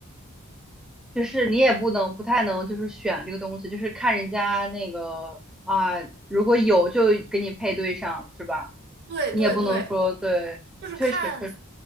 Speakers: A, in the centre; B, on the right.
A: 就是你也不能不太能就是选这个东西，就是看人家那个啊，如果有就给你配对上，是吧？
B: 对对对，
A: 你也不能说对，
B: 就是看
A: 确实确实，